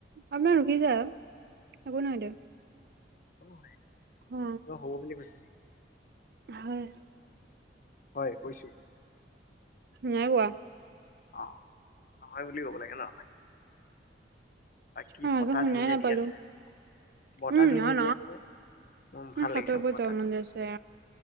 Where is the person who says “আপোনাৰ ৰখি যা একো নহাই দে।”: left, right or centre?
Right